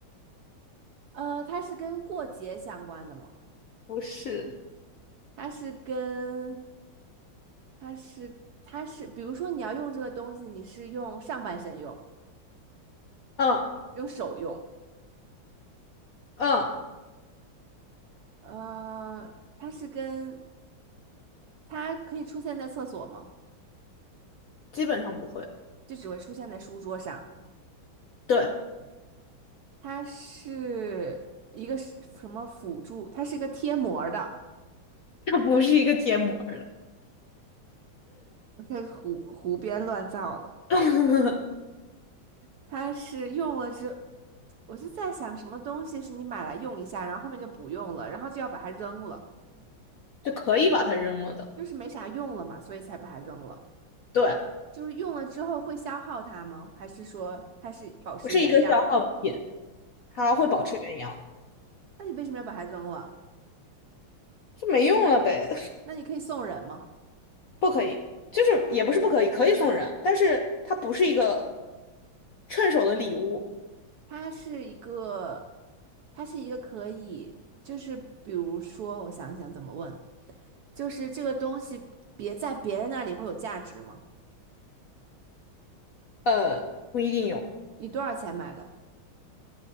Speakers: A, on the right; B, on the left.
A: 呃，它是跟过节相关的吗？
B: 不是，
A: 它是跟它是它是，比如说你要用这个东西，你是用上半身用，
B: 嗯
A: 用手用，
B: 嗯，
A: 呃，它是跟它可以出现在厕所吗？
B: 基本上不会，
A: 就只会出现在书桌上。
B: 对，
A: 它是一个是什么辅助？它是个贴膜儿的，
B: <laughs> 它不是一个贴膜儿了。
A: 我开始胡胡编乱造了。
B: <laughs>
A: 它是用了之，我就在想什么东西是你买来用一下，然后后面就不用了，然后就要把它扔了，
B: 就可以把它扔了的，
A: 就是没啥用了嘛，所以才把它扔了。
B: 对，
A: 就是用了之后会消耗它吗？还是说它是保持原样？
B: 不是一个消耗品，它会保持原样，
A: 那你为什么要把它扔了？
B: 就没用了呗，
A: 那你可以送人吗？
B: <laughs> 不可以，就是也不是不可以，可以送人，但是它不是一个趁手的礼物，
A: 它是一个，它是一个可以，就是比如说，我想一想怎么问，就是这个东西别在别人那里会有价值吗？
B: 呃，不一定有。
A: 你多少钱买的？